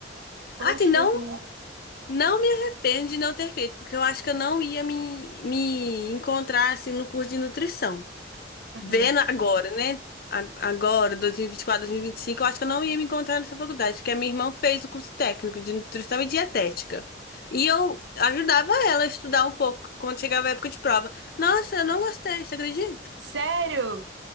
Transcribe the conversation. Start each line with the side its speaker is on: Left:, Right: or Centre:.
Right: Poxa
Left: Ah, Assim, não
Right: vida.
Left: não me arrependo de não ter feito, porque eu acho que eu não ia me, me encontrar assim no curso de nutrição.
Right: Aham.
Left: Vendo agora, né? A- Agora, dois mil e vinte e quatro, 2025, eu acho que eu não ia me encontrar nessa faculdade, porque a minha irmã fez o curso técnico de nutrição e dietética. E eu ajudava ela a estudar um pouco quando chegava a época de prova. Nossa, eu não gostei, você acredita?
Right: Sério?